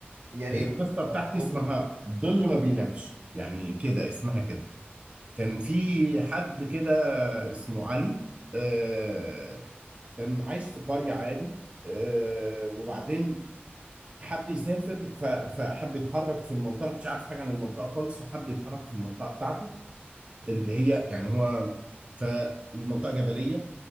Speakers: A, on the right; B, on the right.
A: يا ريت
B: هي القصه بتاعتي
A: قول
B: اسمها
A: لي
B: الظل ما بينامش يعني كده اسمها كده كان في حد كده اسمه علي آه كان عايش في قريه عادي آه وبعدين حب يسافر ف- فحب يتحرك في المنطقه ما كنتش عارف حاجه عن المنطقه خالص فحب يتحرك في المنطقه بتاعته اللي هي يعني هو ف والمنطقه جبليه